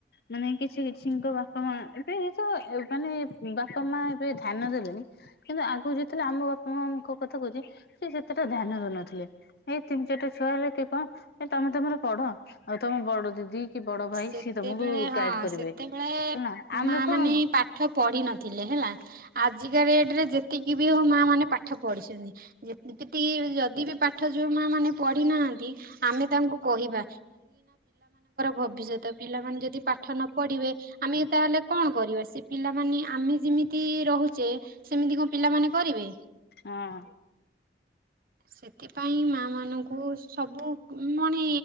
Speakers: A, on the left; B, on the right.
A: ମାନେ କିଛି କିଛି ଙ୍କ ବାପା ମା ଏବେ ତ ମାନେ ବାପା ମା ଏବେ ଧ୍ୟାନ ଦେଲେଣି କିନ୍ତୁ ଆଗକୁ ଯେତେଳେ ଆମ ବାପା ମାଙ୍କ କଥା କହୁଛି ସ ସେତେଟା ଧ୍ୟାନ ଦେ ଥିଲେ ଏଇ ତିନି ଚାରିଟା ଛୁଆ ହେଲେ କିଏ କହ ଏ ତମେ ତମର ପଢ଼ ଆଉ ତମ ବଡ଼ ଦିଦି କି ବଡ ଭାଇ
B: ସେତେବେଳେ
A: ସିଏ ତମକୁ
B: ହଁ
A: ଗାଇଡ କରିବେ
B: ସେତେବେଳେ
A: ହେଲା ଆମେ
B: ମା
A: କଣ
B: ମାନେ ପାଠ ପଢ଼ି ନଥିଲେ ହେଲା। ଆଜିକା ଡେଟ ରେ ଯେତିକି ବି ହଉ ମା ମାନେ ପାଠ ପଢି଼ଛନ୍ତି <unintelligible> ଯଦି ବି ପାଠ ଯୋଉ ମା ମାନେ ପଢ଼ି ନାହାନ୍ତି ଆମେ ତାଙ୍କୁ କହିବା। ଭବିଷ୍ୟତ ପିଲାମାନେ ଯଦି ପାଠ ନ ପଢ଼ିବେ ଆମେ ତାହେଲେ କଣ କରିବା ସେ ପିଲାମାନେ ଆମେ ଯେମିତି ରହୁଛେ ସେମିତି କଣ ପିଲାମାନେ କରିବେ।
A: ହଁ।
B: ସେଥିପାଇଁ ମା ମା ମାନଙ୍କୁ ସବୁ ମନେ